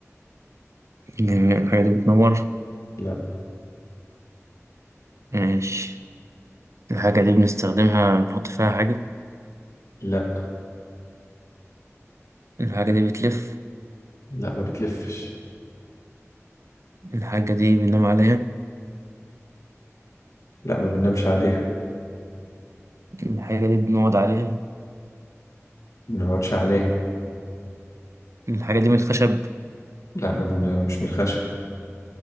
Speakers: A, on the right; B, on the left.
A: جميع الحاجات دي بتنور
B: لا
A: ماشي الحاجة دي بنستخدمها بنحط فيها حاجة
B: لا
A: الحاجة دي بتلف
B: لا ما بتلفش
A: الحاجة دي بننام عليها
B: لا ما بننامش عليها
A: الحاجة دي بنقعد عليها
B: ما بنقعدش عليه
A: الحاجة دي من الخشب
B: لا ما بن- مش من الخشب